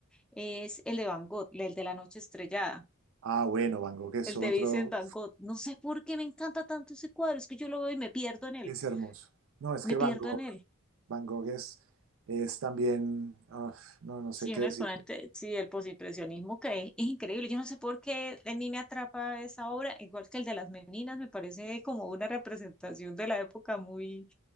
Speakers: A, in the centre; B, on the right.
A: es el de Van Gogh, el de La Noche Estrellada.
B: Ah, bueno, Van Gogh es
A: El
B: otro,
A: te dice en Bangkok, no sé por qué me encanta tanto ese cuadro, es que yo lo veo y me pierdo en él,
B: es hermoso. No, es
A: me
B: que Van
A: pierdo
B: Gogh,
A: en él.
B: Van Gogh es, es también, uf, no, no
A: Sí,
B: sé qué
A: un
B: decir.
A: exponente, sí, del postimpresionismo que es, es increíble. Yo no sé por qué a mí me atrapa esa obra, igual que el de las meninas, me parece como una representación de la época muy,